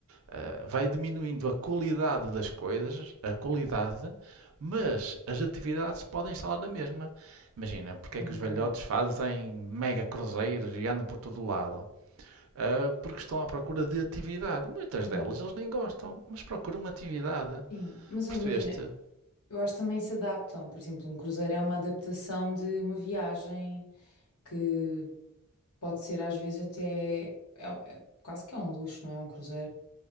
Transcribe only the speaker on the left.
Uhum.
Sim,
sim. Mas eu
imagina, eu acho que também se adaptam. Por exemplo, um cruzeiro é uma adaptação de uma viagem que pode ser às vezes até. É, é- quase que é um luxo, não é? Um cruzeiro